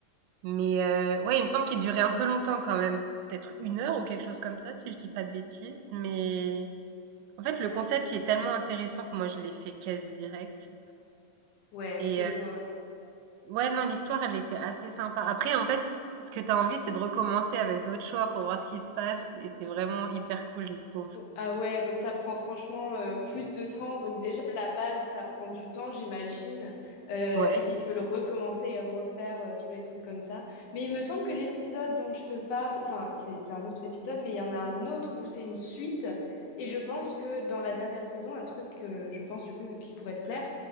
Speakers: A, on the right; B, on the left.
A: Mais euh, ouais, il me semble qu'il durait un peu longtemps quand même, peut-être une heure ou quelque chose comme ça, si je dis pas de bêtises. Mais en fait, le concept il est tellement intéressant que moi je l'ai fait quasi direct.
B: Ouais,
A: Et
B: je vois.
A: Ouais, non, l'histoire, elle était assez sympa. Après, en fait, ce que t'as envie, c'est de recommencer avec d'autres choix pour voir ce qui se passe et c'est vraiment hyper cool, je trouve.
B: Ah ouais, donc ça prend franchement euh, plus de temps. Donc déjà à la base, ça prend du temps, j'imagine. Euh,
A: Ouais.
B: et si tu veux le recommencer et refaire euh, tous les trucs comme ça. Mais il me semble que l'épisode dont je te parle, enfin c'est c'est un autre épisode, mais il y en a un autre où c'est une suite. Et je pense que dans la dernière saison, un truc que je pense du coup qui pourrait te plaire,